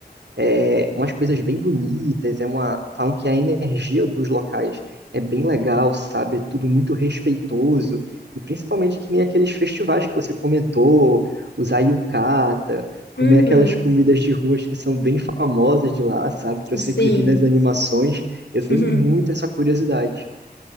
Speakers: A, on the right; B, on the left.
A: é, umas coisas bem bonitas, é uma, falam que a energia dos locais é bem legal, sabe? É tudo muito respeitoso, e principalmente que nem aqueles festivais que você comentou, usar yukata, comer
B: Uhum,
A: aquelas comidas de ruas que são bem famosas de lá, sabe? Que eu sempre
B: sim.
A: vi nas animações, eu tenho
B: <laughs>
A: muito essa curiosidade.